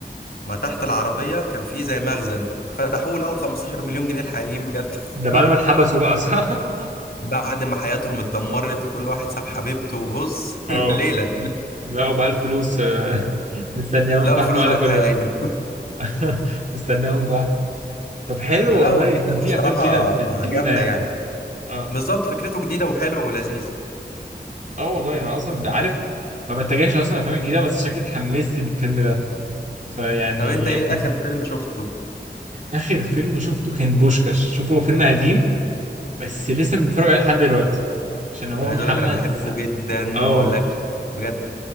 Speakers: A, on the left; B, on the right.
A: ما تحت العربية كان في زي مخزن فتحوه لأول 15 مليون جنيه الحقيقيين بجد <laughs>
B: ده بعد ما اتحبسوا بقى صح <laughs>
A: بعد ما حياتهم اتدمرت وكل واحد ساب حبيبته وبص <laughs>
B: اه
A: ليلة
B: لقوا بقى الفلوس آه، <laughs> مستنياهم
A: لقوا
B: تحت
A: الفلوس
B: بعد
A: بقى
B: كل
A: الحقيقية
B: ده <laughs> مستنياهم تحت طب حلو
A: <laughs> فلا
B: والله
A: هو فكرته
B: ان في
A: الصراحة
B: افلام كده في الجديده
A: جامدة
B: يعني
A: يعني
B: اه
A: بالظبط فكرته جديدة وحلوة ولذيذ
B: اه والله انا اصلا بعرف ما بتجاهش اصلا الافلام الجديده بس شكلي اتحمست للفيلم ده فيعني
A: طب انت ايه
B: كنت
A: آخر فيلم شفته؟
B: آخر فيلم شفته كان بوشكاش شوفه هو فيلم قديم بس لسه بنتفرج عليه لحد دلوقتي عشان هو
A: أنا عايز
B: محمد
A: اقول لك انا بحبه
B: س-
A: جدا ما
B: اه
A: اقولكش بجد